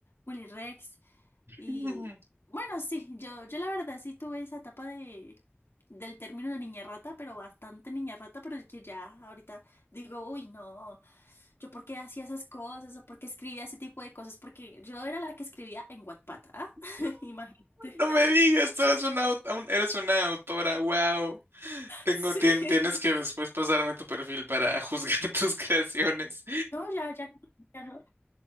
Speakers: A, on the left; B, on the right.
A: Willy Rex. Y
B: Mm.
A: bueno, sí, yo, yo la verdad sí tuve esa etapa de, del término de niña rata, pero bastante niña rata, pero es que ya ahorita digo, uy, no, yo por qué hacía esas cosas o por qué escribía ese tipo de cosas, porque yo era la que escribía en Wattpad, ¿ah?
B: No,
A: <laughs> Imagínate.
B: no me digas, tú eres una, au- un- eres una autora, wow. Tengo,
A: Sí.
B: tien- tienes que después pasarme tu perfil para juzgar <laughs> tus creaciones.
A: No, ya, ya, no- ya no,